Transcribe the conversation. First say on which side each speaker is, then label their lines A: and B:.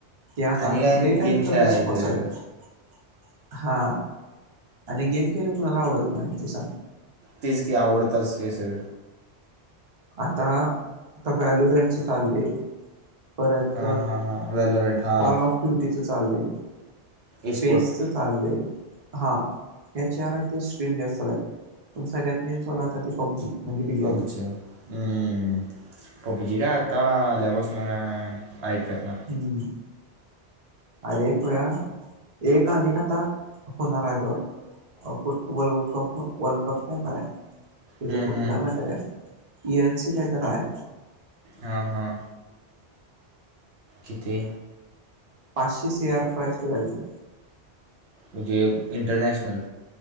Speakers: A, on the right (about 35°); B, on the right (about 70°).
A: ते आता
B: आणि काय
A: लेट
B: गेम
A: आहेत
B: खेळायचं
A: त मी स्पोटस आहेत हा, आणि गेम खेळलं कोुणाला आवडत नाही ते सांग.
B: तीच की आवडताच ये सो
A: आता आता व्हॅलुरेंच चाललेय. परत
B: हां हां हां व्हॅलोरंट हां
A: कॉल ऑफ ट्युटीच चाललंय
B: एस्पोर्ट
A: पेसच चाललंय हा याचे आर आहे ते स्ट्रीम जास्त चल आहेत पण सगळ्यात मेन आता ते पबजी म्हणजे बीजीएम
B: पबजी
A: आय.
B: काय आता आल्यापासन ऐकत ना
A: हम् अरे पया एक अनेक आता होणार आहे बघ ुठ वप वर्ल्ड कप काय तिचा
B: हम्म
A: कुठला
B: हम्म
A: मटर आहे इएन सी काहीतरी हाय.
B: हां हां कितीे
A: पाचशे शेअर प्राइस क लाली
B: म्हजे इंटरनेॅशनल